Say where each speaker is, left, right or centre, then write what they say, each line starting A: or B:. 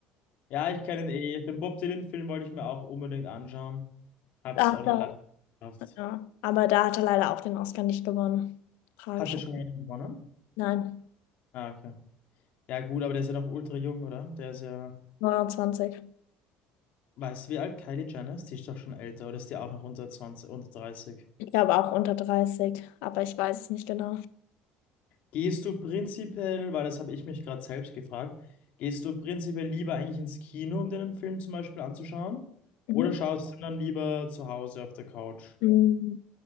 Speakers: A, on the left; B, on the left.
A: Ja, ich kenne ihn eh. Den Bob Dylan-Film wollte ich mir auch unbedingt anschauen. Hab's
B: Da
A: auch
B: hat
A: noch
B: er,
A: leider nicht geschafft.
B: ja, aber da hat er leider auch den Oscar nicht gewonnen. Tragisch.
A: Hatte schon einen gewonnen?
B: Nein,
A: Ah, okay. Ja, gut, aber der ist ja noch ultra jung, oder? Der ist ja.
B: Neunundzwanzig.
A: Weißt du, wie alt Kylie Jenner ist? Die ist doch schon älter, oder ist die auch noch unter 20 unter dreißig
B: Ich glaube auch unter dreißig. aber ich weiß es nicht genau.
A: Gehst du prinzipiell, weil das habe ich mich gerade selbst gefragt, gehst du prinzipiell lieber eigentlich ins Kino, um dir einen Film zum Beispiel anzuschauen?
B: Mhm.
A: Oder schaust du dann lieber zu Hause auf der Couch?
B: Mhm.